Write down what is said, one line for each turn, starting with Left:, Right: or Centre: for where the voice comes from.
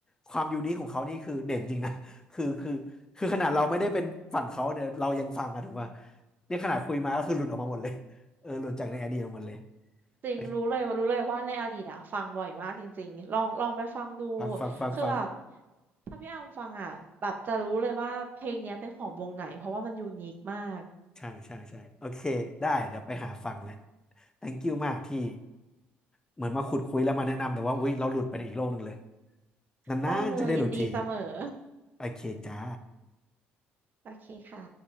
Left: ความยูนิคของเขานี่คือเด่นจริงนะ <laughs> คือคือคือขนาดเราไม่ได้เป็นฝั่งเขาเนี่ยเรายังฟังอะถูกป่ะเนี่ยขนาดคุยมาก็คือหลุดออกมาหมดเลยเออหลุดจากในอดีตออกมาหมดเลย
Right: จริงรู้เลยรู้เลยว่าในอดีตอะฟังบ่อยมากจริงๆลองลองไปฟังดู
Left: โอเคฟังฟังฟังฟัง
Right: คือแบบถ้าพี่อามฟังอะแบบจะรู้เลยว่าเพลงเนี้ยเป็นของวงไหนเพราะว่ามันยูนิคมาก
Left: ใช่ใช่ใช่โอเคได้เดี๋ยวไปหาฟังแหละ thank you มากที่เหมือนมาขุดคุยแล้วมาแนะนำแต่ว่าอุ๊ยเราหลุดไปในอีกโลกหนึ่งเลยนานๆจะได้หลุดที
Right: ได้เลยยินดีเสมอ
Left: โอเคจ้า
Right: <laughs> โอเคค่ะ